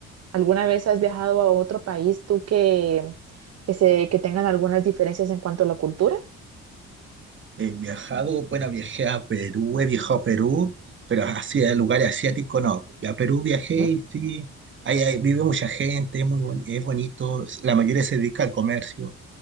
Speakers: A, on the right; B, on the right.
A: ¿Alguna vez has viajado a otro país tú que, que, se, que tengan algunas diferencias en cuanto a la cultura?
B: He viajado, bueno, viajé a Perú, he viajado a Perú, pero así a lugares asiáticos no. A Perú viajé
A: ¿Mm?
B: y sí, ahí, ahí vive mucha gente, es muy boni- es bonito, la mayoría se dedica al comercio,